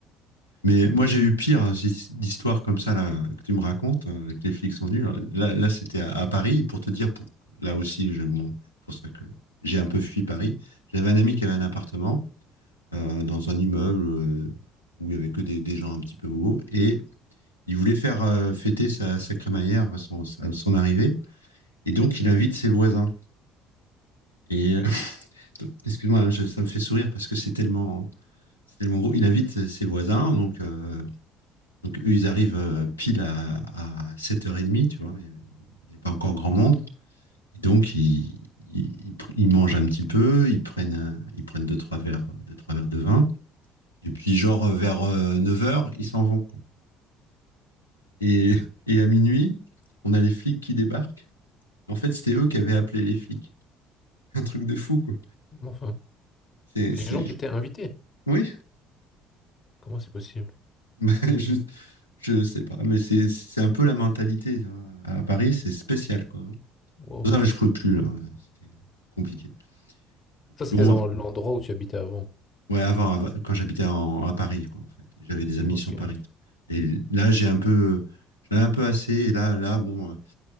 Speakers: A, on the left; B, on the left.
A: Mais moi, j'ai eu pire d'histoires comme ça là, que tu me racontes, euh, que les flics sont venus. Là, là c'était à, à Paris, pour te dire, pour, là aussi, je, bon, c'est pour ça que j'ai un peu fui Paris. J'avais un ami qui avait un appartement euh, dans un immeuble euh, où il y avait que des, des gens un petit peu bobos, et il voulait faire euh, fêter sa, sa crémaillère, enfin, son, sa- son arrivée, et donc il invite ses voisins. Et euh, <laughs> excuse-moi, hein, je- ça me fait sourire parce que c'est tellement, c'est tellement gros. Il invite ses voisins, donc euh, Donc eux, ils arrivent euh, pile à, à 7h30, tu vois, il n'y a pas encore grand monde. Et donc ils, ils, ils mangent un petit peu, ils prennent, ils prennent deux, trois verres, deux, trois verres de vin. Et puis genre euh, vers euh, neuf heures, ils s'en vont. quoi. Et, et à minuit, on a les flics qui débarquent. En fait, c'était eux qui avaient appelé les flics. <laughs> Un truc de fou, quoi.
B: Enfin,
A: C'est,
B: les
A: c'est...
B: gens qui étaient invités,
A: Oui,
B: comment c'est possible?
A: <laughs> bah, je, je sais pas, mais c'est, c'est un peu la mentalité. tu vois. À Paris, c'est spécial, quoi. hein.
B: Wow.
A: Non, je pouvais plus, là. C'était compliqué. Et puis
B: Ça, c'était
A: bon,
B: dans l'endroit où tu habitais avant.
A: ouais, avant, avant, quand j'habitais en- à Paris, quoi, en fait. J'avais des amis
B: Ok.
A: sur Paris. Et là, j'ai un peu, j'en ai un peu assez. Et là, là, bon, euh,